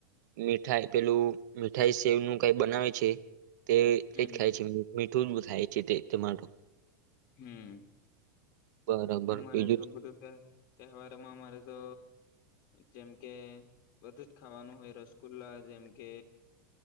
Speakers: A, on the right (about 65°); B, on the left (about 45°).
A: મીઠાઈ પેલું મઠાઈ સેવ નું કઈ બનાવે છે તે
B: હમ
A: તે જ ખાાય છે મીઠ બ થાય છે તે ટમેટો
B: હમ
A: બરાબર
B: અમારે
A: બીજું
B: તો, બધું તહેવારોમાં અમારે તો જેમ કે, બધું જ ખાવાનું હોય રસગુલ્લા જેમકે